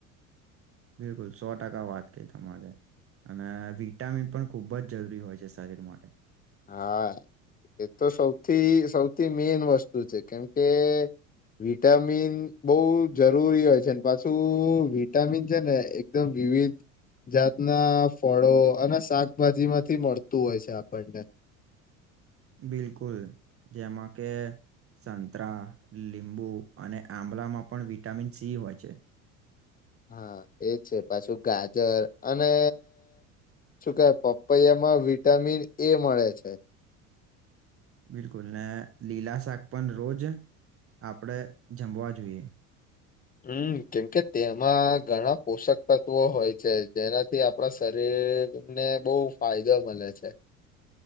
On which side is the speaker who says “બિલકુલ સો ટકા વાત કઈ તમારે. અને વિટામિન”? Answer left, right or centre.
Right